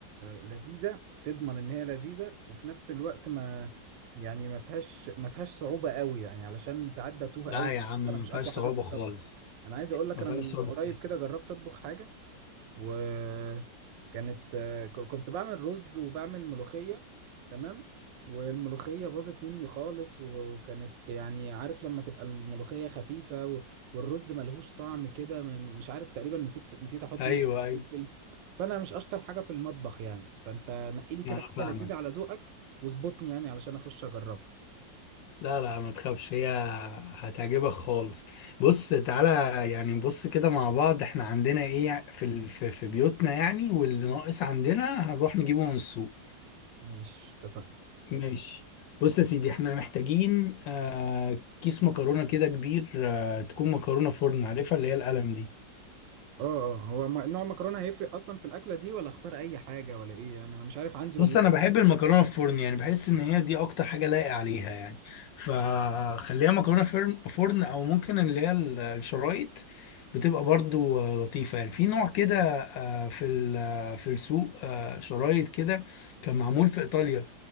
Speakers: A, on the right; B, on the left.
A: لذيذة تضمن ان هي لذيذة وفي نفس الوقت ما يعني ما فيهاش ما فيهاش صعوبة قوي يعني علشان ساعات بتوه
B: لا
A: قوي
B: يا عم ما
A: انا مش
B: فيهاش
A: اقوى
B: صعوبه
A: حاجة في الطبخ
B: خالص
A: انا عايز اقول لك
B: ما
A: انا
B: فيهاش
A: من
B: صعوبه
A: قريب
B: خالص
A: كده جربت اطبخ حاجة وكانت آه، ك- كنت بعمل رز وبعمل ملوخية تمام والملوخية باظت مني خالص وكانت يعني عارف لما تبقى الملوخية خفيفة و- والرز ملهوش طعم كده م- مش عارف تقريبا نسيت نسيت احط
B: ايوه
A: ملح وفلفل
B: ايوه
A: فانا مش اشطر حاجة في المطبخ يعني فانت نقي لي كده
B: انا
A: حاجة
B: فاهمك
A: لذيذة على ذوقك واظبطني يعني علشان اخش اجربها
B: لا لا ما تخافش هي هتعجبك خالص بص تعالى يعني نبص كده مع بعض احنا عندنا ايه في ال- في في بيوتنا يعني واللي ناقص عندنا هنروح نجيبه من السوق
A: ماشي اتفقنا
B: ماشي بص يا سيدي احنا محتاجين آه كيس مكرونة كده كبير آه تكون مكرونة فرن عارفها اللي هي القلم دي
A: اه اه هو م- نوع المكرونة هيفرق اصلا في الاكلة دي ولا اختار اي حاجة ولا ايه يعني انا مش عارف عندي ولا
B: بص انا بحب المكرونة فرن يعني بحس ان هي دي اكتر حاجة لايقة عليها يعني فخليها مكرونة فرن فرن او ممكن اللي هي ال- الشرايط بتبقى برضو آه، لطيفة يعني في نوع كده آه في ال- آه، في السوق آه شرايط كده كان معمول في ايطاليا